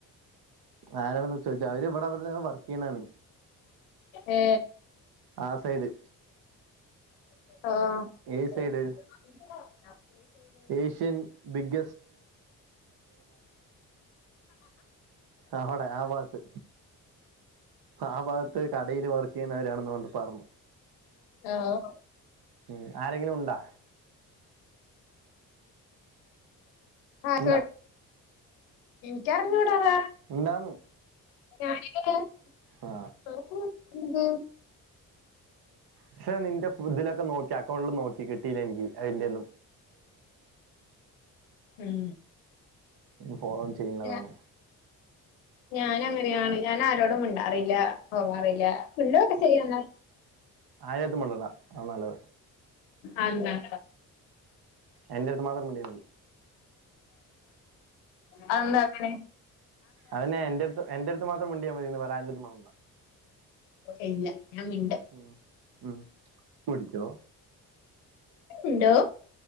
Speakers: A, on the right; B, on the left.
A: ആരണ് ചോദിച്ച അവര് ഇവിടെ വർക്ക് ചെയ്യണാണ്
B: ഏ
A: ആ സൈഡ്
B: ആഹ്
A: ഏ സൈഡ് ഏഷ്യൻ ബിഗ് അവിടെ ആ ഭാഗത്ത് ആ ഭാഗത്ത് കടെല് വർക്ക് ചെയ്യുന്നവരാണെന്ന് പറഞ്ഞു
B: ആഹ്
A: ഉം ആരെങ്കിലും ഉണ്ടോ
B: ആഹ്
A: ഉണ്ടാ
B: എനിക്കറിഞ്ഞൂടാതാ
A: ഉണ്ടാന്ന്
B: ഞാനിങ്ങനെ
A: ആ പക്ഷെ നിന്റെ ഇതിലൊക്കെ നോക്ക അക്കൗണ്ടിൽ നോക്കി കിട്ടില്ല എനിക്ക് അതിന്റെ
B: ഉം
A: ഫോളോ ചെയ്യുന്നതോന്നു
B: ഞ ഞാൻ അങ്ങനെയാണ് ഞാൻ ആരോടും മി അറിയില്ല ഓ അറില്ല ഫുള്ളൊക്കെ ചെയ്യന്നാ
A: ആയിരിടത്തും മിണ്ടണ്ട അതാ നല്ലത്
B: അത് എന്താ
A: എൻ്റെ അടുത്ത് മാത്രം മിണ്ടിയാ മതി
B: അത് എന്താ അങ്ങനെ
A: അതിന് എന്റ അടുത്ത് എന്റെ അടുത്ത് മാത്രം മുണ്ടിയാൽ മതിയന്ന് വേറെ ആരോടും മിണ്ടണ്ട
B: ഇല്ല ഞാൻ മിണ്ടും
A: ഉം. ഉം. മുടിക്കോ
B: മിണ്ടോ